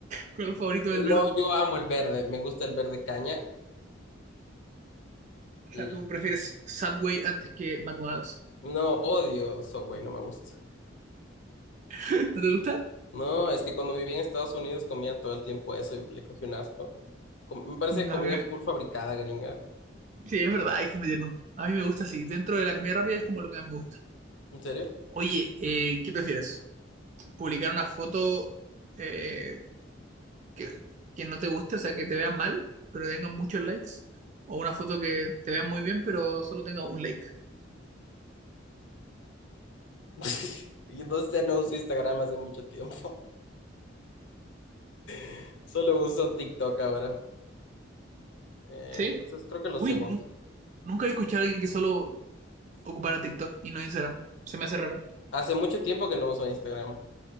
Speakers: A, on the right; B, on the left.
A: ¿Cuál es el favorito del
B: Eh,
A: verde?
B: No, yo amo el verde, me gusta el verde caña
A: O
B: y
A: sea, tú prefieres Subway antes que McDonald's.
B: no odio Subway, no me gusta.
A: <laughs> ¿No te gusta?
B: No, es que cuando viví en Estados Unidos comía todo el tiempo eso y le cogí un asco. Com- me parece
A: A
B: comida
A: mí me-
B: full fabricada, gringa.
A: Sí, es verdad, hay que meterlo. A mí me gusta así. Dentro de la comida rápida es como lo que más me gusta.
B: ¿En serio?
A: Oye, eh, ¿qué prefieres? ¿Publicar una foto eh, que, que no te guste, o sea, que te vean mal, pero tenga muchos likes? ¿O una foto que te vean muy bien, pero solo tenga un like?
B: <laughs> Y no sé, no uso Instagram hace mucho tiempo. <laughs> Solo uso TikTok ahora. Eh,
A: ¿Sí?
B: entonces creo que lo
A: Uy,
B: segundo.
A: nu- nunca he escuchado a alguien que solo ocupara TikTok y no Instagram. Se me hace raro.
B: Hace mucho tiempo que no uso Instagram.